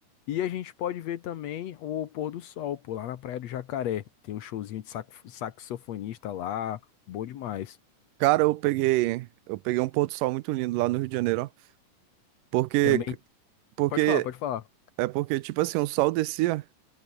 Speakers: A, on the left (about 65°); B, on the right (about 85°).
A: E a gente pode ver também o pôr do sol, pô, lá na Praia do Jacaré. Tem um showzinho de saco- saxofonista lá, bom demais.
B: Cara, eu peguei, eu peguei um pôr do sol muito lindo lá no Rio de Janeiro, ó. Porque,
A: Também
B: porque,
A: Pode falar, pode falar.
B: é porque, tipo assim, o sol descia